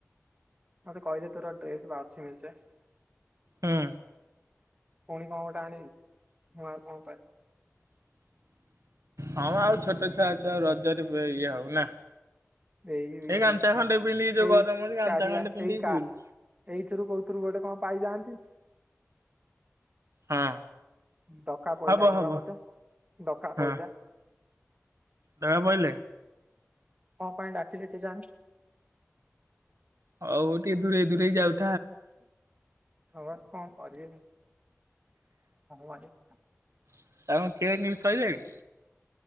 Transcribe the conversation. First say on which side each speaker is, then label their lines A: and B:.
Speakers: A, on the right (about 25°); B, on the right (about 90°).
A: ମେତେ କହିଲେ ତର ଡ୍ରେସ୍ ବା ଅଛି ମିଚେ। ପୁଣି
B: ହୁଁ
A: କଣ ଗୋଟେ ଆଣିବୁ? ମୁଁ ଆଉ କଇମି
B: ହଁ ଆଉ ଛୋଟ ଛୁଆ ଅଛୁ ଆଉ ରଜରେ ବ ଇଏ ହବୁ ନା
A: ଏଇ ଏଇ
B: ଗାମୁଛା
A: ଏଇ ସଳା
B: ଖଣ୍ଡେ ପିନ୍ଧିକି ଯୋଉ
A: ଏଇ
B: ଗରମ ହଉଛି ଗାମୁଛା
A: କାରିଆ
B: ଖଣ୍ଡେ ପିନ୍ଧିକି
A: ଏଇ କା
B: ବୁଲୁ
A: ଏଇଥିରୁ କୋଉଥିରୁ ଗୋଟେ କଣ ପାଇଯାଆନ୍ତି
B: ହଁ।
A: ଡକା ପଇଲା
B: ହବ
A: ଣିବା
B: ହବ।
A: ମତେ ଡକା
B: ହଁ
A: ପଇଲା।
B: ଧରା ପଇଲେ?
A: କଣ ପାଇଁ ଡାକିଲେ କେ ଯାଣି?
B: ହଉ ଟିକେ ଦୂରେ ଦୂରେଇ ଯାଉ
A: ଆ କଣ କରିବି <unintelligible>
B: <unintelligible> ସଇଲାଣି?